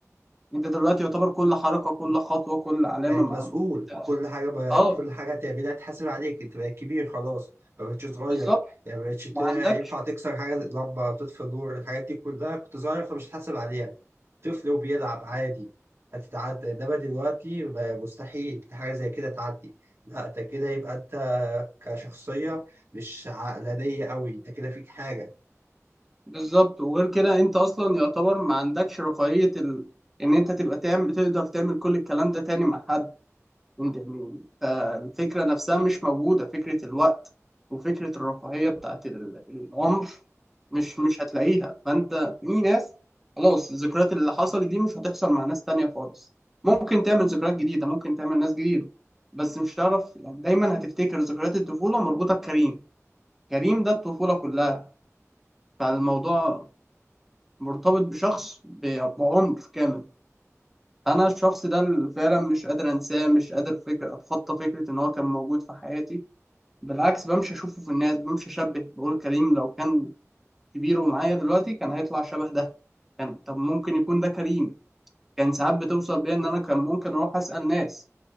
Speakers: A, in the centre; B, on the right (about 55°).
A: انت دلوقتي يعتبر كل حركة كل خطوة كل علامة
B: بقيت
A: مع
B: مسؤول
A: انت
B: كل حاجة بقى
A: اه
B: كل حاجة تعملها تحاسب عليك انت بقيت كبير خلاص ما بقتش صغير
A: بالظبط
B: يعني ما بقتش
A: ما
B: تا-
A: عندكش
B: ينفع تكسر حاجة لمبة تطفي نور الحاجات دي كلها كنت صغير فمش هتحاسب عليها طفل وبيلعب عادي هتتعدى انما دلوقتي ما- مستحيل حاجة زي كده تعدي لا انت كده يبقى انت كشخصية مش عقلانية قوي انت كده فيك حاجة
A: بالظبط وغير كده انت اصلا يعتبر ما عندكش رفاهية ال... ان انت تبقى تعمل تقدر تعمل كل الكلام ده تاني مع حد انت يعني ف- الفكرة نفسها مش موجودة فكرة الوقت وفكرة الرفاهية بتاعت ال- العمر مش مش هتلاقيها فانت في ناس خلاص الذكريات اللي حصلت دي مش هتحصل مع ناس تانية خالص ممكن تعمل ذكريات جديدة ممكن تعمل ناس جديدة بس مش هتعرف يعني دايما هتفتكر ذكريات الطفولة مربوطة بكريم كريم ده الطفولة كلها فالموضوع مرتبط بشخص ب- بعمر كامل انا الشخص ده اللي فعلا مش قادر انساه مش قادر فكر اتخطى فكره ان هو كان موجود في حياتي بالعكس بمشي اشوفه في الناس بمشي اشبه بقول كريم لو كان كبير ومعايا دلوقتي كان هيطلع شبه ده كان طب ممكن يكون ده كريم كان ساعات بتوصل بيا ان انا كان ممكن اروح اسال ناس